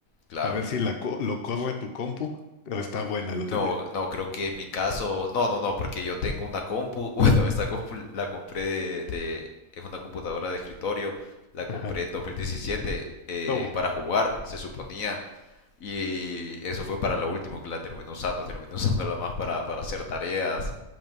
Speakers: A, on the left; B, on the left.
A: Claro.
B: A ver si la co- lo corre tu compu o está buena la
A: No,
B: tuya.
A: no, creo que en mi caso, no, no, no, porque yo tengo una compu, <laughs> bueno, esta compu la compré de, de- es una computadora de escritorio, la compré
B: Ajá.
A: en 2017 eh,
B: No,
A: para jugar, se suponía, y eso fue para lo último que la terminé usando, terminé <laughs> usándola más para, para hacer tareas,